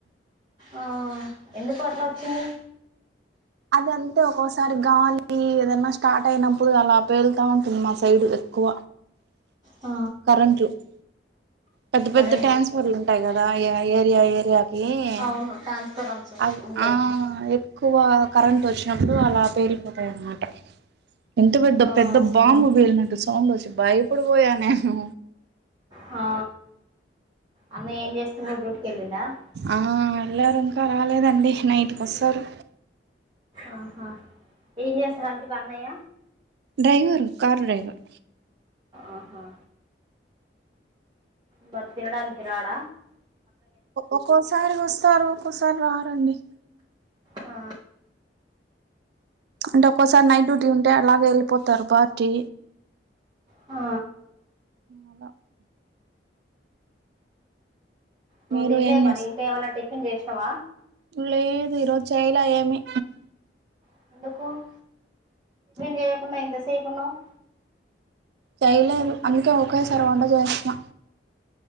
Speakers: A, on the right (about 25°); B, on the right (about 65°).
A: ఆ ఎందుకు అట్లా వచ్చింది
B: అదంతే ఒక్కోసారి గాలి ఏదన్నా స్టార్ట్ అయినప్పుడు అలా పేలుతా ఉంటుంది మా సైడ్ ఎక్కువ
A: ఆ
B: <unintelligible> పెద్ద
A: కరెంటు
B: పెద్ద ట్రాన్స్ఫర్లు ఉంటాయి కదాఅ ఏరియా ఏరియా <unintelligible>
A: అవును ట్రాన్స్ఫారమ్స్ ఉంటాయి
B: ఎక్కువ కరెంటు వచ్చినప్పుడు అలా పేలి పోతాయిన్నమాట ఇంత పెద్ద
A: ఆ
B: పెద్ద బాంబు పేలినట్టు సౌండ్ వచ్చి భయపడిపోయా నేను
A: ఆ అన్న ఏం చేస్తుండు డ్యూటికి వెళ్ళి <unintelligible>
B: ఆ వెళ్ళారు ఇంక రాలేదండి నైట్ కీ వస్తారు
A: ఆహా ఏం <unintelligible> మీ అన్నయ్య
B: డ్రైవరు కార్ డ్రైవర్
A: ఆహా మర్ తినడానికి రాడ
B: ఒక్కోసారి వస్తారు ఒక్కోసారి రా రండి
A: ఆ
B: అంటే ఒక్కసారి నైట్ డ్యూటీ ఉంటే అలాగే వెళ్ళిపోతారు పార్టీ
A: ఆ
B: అలా
A: నువ్వు
B: మీరు
A: తినలే
B: ఏం చేస్
A: మరి ఇంక ఏమన్నా టిఫిన్ చేసినావ
B: లేదు ఈరోజు చేయలే ఏమి
A: <unintelligible> చేయకుండా ఎంతసేపున్నావ్
B: చేయలేదు అందుకే ఒకేసారి వంట చేస్తున్న